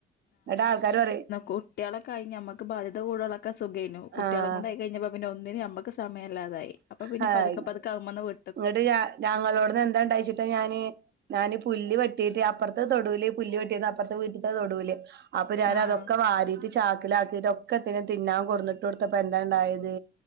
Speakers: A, on the right; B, on the left.
A: എന്നിട്ടാൾക്കാര് പറയും
B: കുട്ടികളൊക്കയി ഞമ്മെക്ക് ബാധ്യത കൂടുകളൊക്കെ സുഖേനു കുട്ടികളെ
A: ആഹ്
B: കൊണ്ടായി കഴിഞ്ഞപ്പ പിന്നെ ഒന്നിന്നു ഞമ്മ ക്ക് സമഇല്ലാതായി അപ്പൊ പിന്നെ
A: ഹായ്
B: പതുക്കെ പതുക്ക അവൻ വന്ന് വെ
A: ഇങ്ങട്ട് ഞാ ഞങ്ങളെവടന്ന് എന്താ ഉണ്ടായിച്ചിട്ട് ഞാന് ഞാനി പുല്ല് വെട്ടിട്ട് അപ്പറത്തെ തൊടുവില് പുല്ല് വെട്ടീത അപ്പറത്തെ വീട്ടിത്തെ തൊടൂല് അപ്പൊ ഞാനതൊക്കെ
B: ആഹ്
A: വാരി. ചാക്കിലാക്കിട്ട് ഒക്കെത്തി തിന്നാൻ കൊടന്നിട്ട് കൊടുത്തപ്പോ എന്താ ഉണ്ടായത്